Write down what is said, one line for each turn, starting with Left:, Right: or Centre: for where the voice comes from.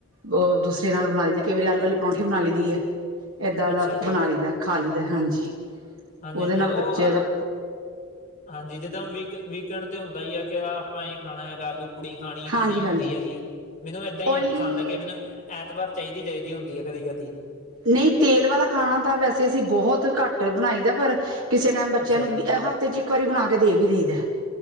Right: ਓਹ ਦੂਸਰੇ ਇਹਨਾਂ ਨੂੰ ਬਣਾ ਦੀ ਏ ਕਈ ਵਾਰੀ ਆਲੂ ਆਲੀ ਪਰੌਂਠੀ ਬਣਾ ਲਈ ਦੀ ਏ। ਐਦਾਂ
Left: ਅੱਛਾ
Right: ਦਾ
Left: ਜੀ,
Right: ਬਣਾ ਲੀ ਦੈ ਖਾ ਲੀ ਦੈ, ਹਾਂਜੀ।
Left: ਹਾਂਜੀ-ਹਾਂਜੀ,
Right: ਉਹਦੇ ਨਾਲ
Left: ਓਹ
Right: ਬੱਚੇ
Left: ਆ
Right: ਦਾ
Left: ਹਾਂਜੀ ਜਿੱਦਾਂ ਹੁਣ ਵੀਕ ਵੀਕਐਂਡ ਤੇ ਹੁੰਦਾ ਹੀ ਹੈ ਕਿ ਆਪਾ ਇਹ ਖਾਣਾ ਹੈਗਾ ਆਲੂ ਪੂੜੀ ਖਾਣੀ ਏ
Right: ਹਾਂਜੀ
Left: ਖਾਣੀ ਹੁੰਦੀ
Right: ਹਾਂਜੀ
Left: ਐ ਜੀ ਮੈਨੂੰ ਏਦਾਂ ਈ
Right: ਓਇਲੀ
Left: ਐ ਪਸੰਦ ਐ ਕਿ ਮੈਨੂੰ ਐਤਵਾਰ ਚਾਹੀਦੀ-ਚਾਹੀਦੀ ਹੁੰਦੀ ਹੈ ਕਦੀ-ਕਦੀ।
Right: ਨਹੀਂ ਤੇਲ ਵਾਲਾ ਖਾਣਾ ਤਾਂ ਵੈਸੇ ਅਸੀਂ ਬਹੁਤ ਘੱਟ ਬਣਾਈ ਦਾ ਪਰ ਕਿਸੇ ਟੈਮ ਬੱਚਿਆਂ
Left: ਅੱਛਾ
Right: ਨੂੰ
Left: ਜੀ।
Right: ਐ ਹਫ਼ਤੇ ਚ ਇੱਕ ਵਾਰੀ ਬਣਾ ਕੇ ਦੇ ਵੀ ਦਈ ਦੈ।